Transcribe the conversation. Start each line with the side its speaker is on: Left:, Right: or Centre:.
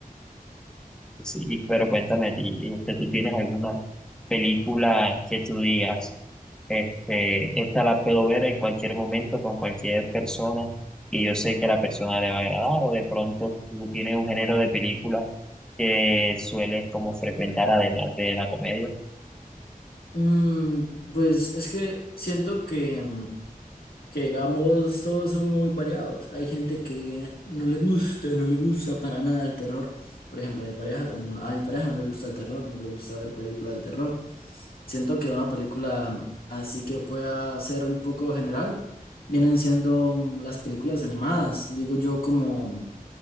Centre: Sí, y- pero cuéntame, a ti, este, ¿tú tienes alguna película que tú digas, este, esta la puedo ver en cualquier momento con cualquier persona y yo sé que a la persona le va a agradar? O de pronto tú tienes un género de película que sueles como frecuentar además de la comedia.
Left: Mm, pues es que siento que, mm, que, digamos, todos son muy variados. Hay gente que no le gusta, no le gusta para nada el terror. Por ejemplo, a mi pareja, tam- a mi pareja no le gusta el terror, no le gusta ver películas de terror. Siento que una película así que pueda ser un poco general, vienen siendo mm, las películas animadas, digo yo como, mm,